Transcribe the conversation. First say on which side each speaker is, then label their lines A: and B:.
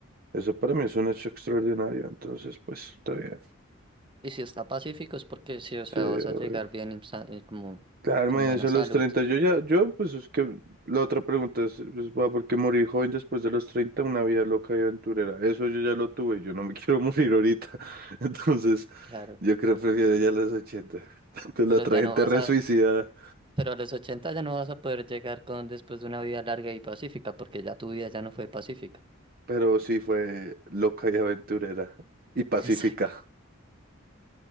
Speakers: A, on the right; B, on the right.
A: eso para mí es un hecho extraordinario, entonces pues está bien.
B: Y si está pacífico es porque sí, o
A: Sí,
B: sea,
A: obvio.
B: vas a llegar bien y sa- y como
A: Claro,
B: con
A: imagínense
B: buena salud,
A: a los 30. Yo ya, yo, pues es que la otra pregunta es, pues, va, ¿por qué morir joven después de los 30? Una vida loca y aventurera. Eso yo ya lo tuve, yo no me <laughs> quiero morir ahorita. <laughs> Entonces,
B: claro.
A: yo creo que prefiero ya los 80. <laughs> Tanto
B: Pero
A: la otra
B: ya
A: gente
B: no vas
A: re
B: a
A: suicida,
B: Pero a los 80 ya no vas a poder llegar con después de una vida larga y pacífica, porque ya tu vida ya no fue pacífica.
A: pero sí fue loca y aventurera y pacífica.
B: <laughs> Exacto.